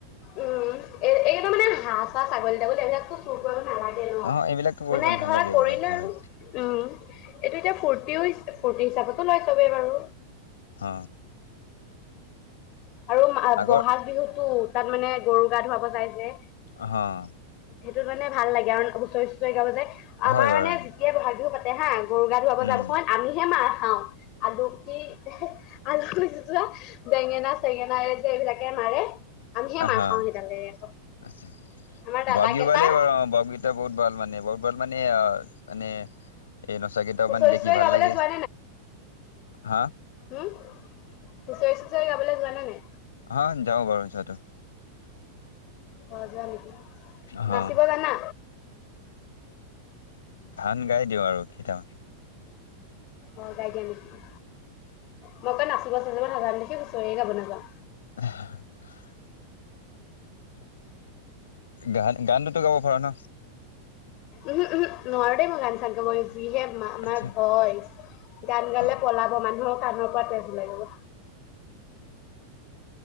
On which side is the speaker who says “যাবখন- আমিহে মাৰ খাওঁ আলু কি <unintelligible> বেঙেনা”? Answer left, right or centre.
Left